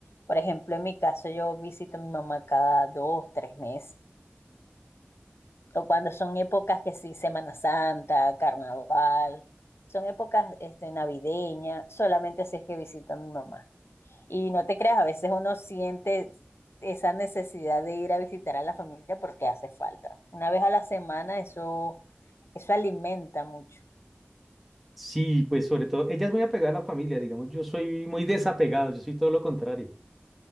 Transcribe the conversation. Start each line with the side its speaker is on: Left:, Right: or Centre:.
Left: Por ejemplo, en mi caso yo visito a mi mamá cada dos, tres meses. O cuando son épocas que sí, Semana Santa, Carnaval, son épocas este, navideñas, solamente si es que visito a mi mamá. Y no te creas, a veces uno siente esa necesidad de ir a visitar a la familia porque hace falta. Una vez a la semana eso eso alimenta mucho.
Centre: Sí, pues sobre todo, ella es muy apegada a la familia, digamos, yo soy muy desapegado, yo soy todo lo contrario.